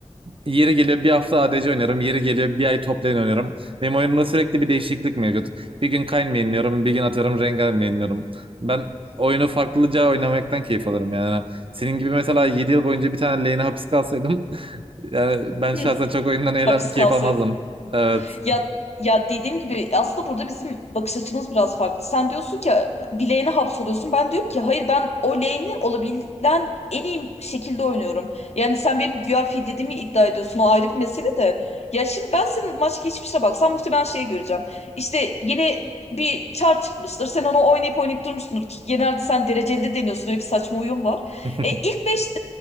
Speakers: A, on the right; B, on the left.
A: yeri geliyor bir hafta ADC oynarım. Yeri geliyor bir ay top lane oynarım. Benim oyunumda sürekli bir değişiklik mevcut. Bir gün Kayn mainliyorum, bir gün atıyorum Rengar mainliyorum. Ben oyunu farklıca oynamaktan keyif alırım yani. Senin gibi mesela 7 yıl boyunca bir tane lane'e hapis kalsaydım <laughs> yani ben
B: <laughs>
A: şahsen çok oyundan eğlen
B: Hapis
A: keyif
B: kalsaydın.
A: almazdım. Evet.
B: Ya ya dediğim gibi aslında burada bizim bakış açımız biraz farklı. Sen diyorsun ki bir lane'e hapsoluyorsun. Ben diyorum ki hayır ben o lane'i olabilen en iyi şekilde oynuyorum. Yani sen benim güya fil dediğimi iddia ediyorsun. O ayrı bir mesele de. Ya şimdi ben senin maç geçmişine baksam muhtemelen şeyi göreceğim. İşte yeni bir çar çıkmıştır. Sen onu oynayıp oynayıp durmuşsundur. Ki genelde sen dereceli de deniyorsun. Öyle bir saçma uyum var.
A: <laughs>
B: E, ilk 5